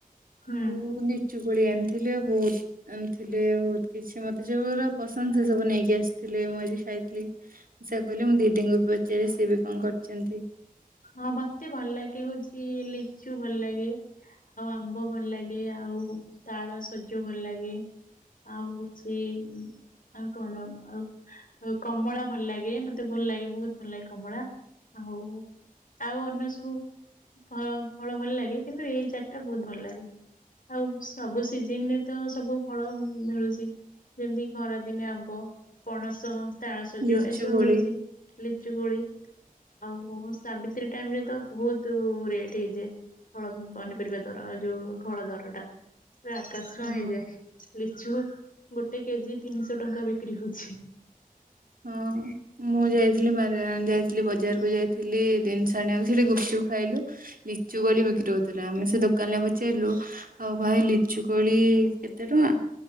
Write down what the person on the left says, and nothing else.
ହୁଁ।
ହଁ ମତେ ଭଲ ଲାଗେ ହଉଚି ଲିଚୁ ଭଲ ଲାଗେ। ଆଉ ଆମ୍ବ ଭଲ ଲାଗେ ଆଉ ତାଳ ସଜ ଭଲ ଲାଗେ। ଆଉ ହଉଚି ଆଉ କଣ ଆଉ ଅ କମଳା ଭଲ ଲାଗେ ମତେ ଭଲ ଲାଗେ ବହୁତ ଭଲ ଲାଗେ କମଳା। ଆଉ ଆଉ ଅନ୍ୟ ସବୁ ଫଳ ଭଲ ଲାଗେ, କିନ୍ତୁ ଏଇ ଚାରିଟା ବହୁତ ଭଲ ଲାଗେ। ଆଉ ସବୁ ସିଜିନ ରେ ତ ସବୁ ଫଳ ମିଳୁଚି। ଯେମିତି ଖରାଦିନେ ଆମ୍ବ ପଣସ। ତାଳସଜ
ଏସବୁ
ମିଳୁଚି। ଲିଚୁ କୋଳି ଆଉ ସାବିତ୍ରୀ ଟାଇମରେ ତ ବହୁତ ରେଟ୍ ହେଇଯାଏ। ଫଳ ପନିପରିବା ଦର ଯୋଉ ଫଳ ଦର ଟା ସେ ଆକାଶଛୁଆଁ
ହେଇଯାଏ। ଲିଚୁ ଗୋଟେ କେଜି ତିନିଶହ ଟଙ୍କା ବିକ୍ରି ହଉଚି।